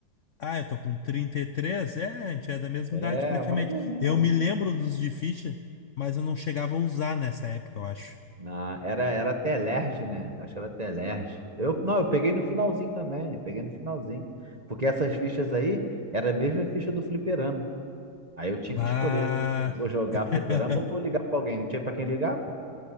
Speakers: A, on the left; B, on the right.
A: Ah, eu tô com trinta e três É, a gente é da mesma
B: É,
A: idade praticamente.
B: mais ou menos.
A: Eu me lembro dos de ficha, mas eu não chegava a usar nessa época, eu acho.
B: Não, era, era Telerge, né? Acho que era Telerge. Eu, não, eu peguei no finalzinho também. Eu peguei no finalzinho. Porque essas fichas aí era a mesma ficha do fliperama. Aí eu tinha
A: Bah.
B: que escolher. Eu vou jogar
A: <laughs>
B: fliperama ou vou ligar pra alguém? Não tinha pra quem ligar, pô.